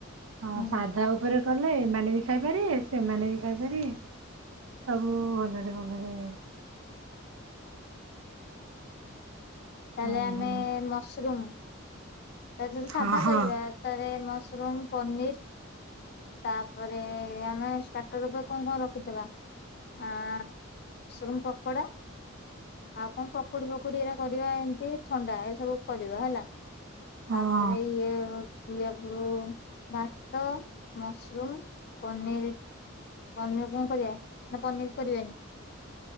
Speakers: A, on the right (about 80°); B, on the left (about 50°).
A: ହଁ
B: ହୁଁ
A: ସାଧା ଉପରେ କଲେ ଏମାନେ ବି ଖାଇପାରିବେ ସେମାନେ ବି ଖାଇପାରିବେ। ସବୁ ଭଲରେ ଭଲରେ
B: ତାହେଲେ
A: ହୁଁ
B: ଆମେ
A: ହୁଁ
B: ମସରୁମ। ତା ଯଦି ସାଧା
A: ହଁ ହଁ
B: କରିବା ତାହଲେ ମସରୁମ, ପନିର। ତାପରେ ଆମେ ଷ୍ଟାର୍ଟର ଉପରେ କଣ କଣ ରଖିଦବା? ଆ ଶୁନ ପକୋଡ଼ା। ଆଉ କଣ ପକୁଡି ଫକୁଡି ଏଇଟା କରିବା ଏମତି ଥଣ୍ଡା ଏସବୁ କରିବା ହେଲା।
A: ହଁ
B: ତାପରେ ଇଏ ପପରୁ ଭାତ, ମସରୁମ, ପନିର। ପନିର କଣ କରିବା ନା ପନିର କରିବାନି?